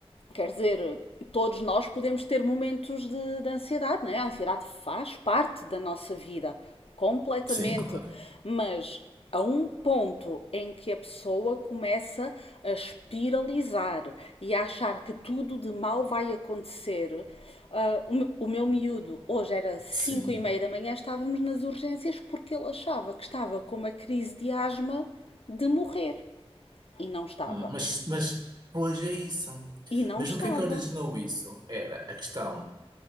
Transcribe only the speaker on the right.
Sim, claro.
Sim.
Ah, Mas, mas, pois é isso.
Mas
o que é que originou isso? Era a questão